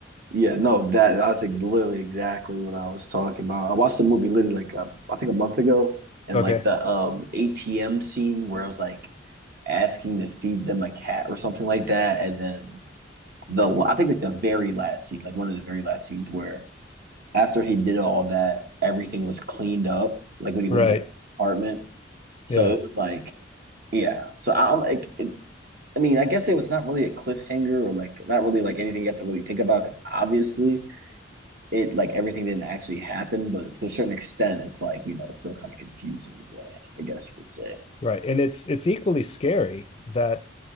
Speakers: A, on the right (about 55°); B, on the left (about 30°).
A: Yeah, no, that that's like literally exactly what I was talking about. I watched the movie literally like uh, I think a month ago, and
B: Okay.
A: like the um ATM scene where I was like asking to feed them a cat or something like that, and then the I think like the very last scene, like one of the very last scenes where after he did all that, everything was cleaned up, like when he went
B: Right.
A: back to the apartment. So
B: Yeah.
A: it was like, yeah. So I'm like, it, I mean, I guess it was not really a cliffhanger or like not really like anything you have to really think about because obviously it like everything didn't actually happen, but to a certain extent, it's like, you know, it's still kind of confusing in a way, I guess you could say.
B: Right. And it's it's equally scary that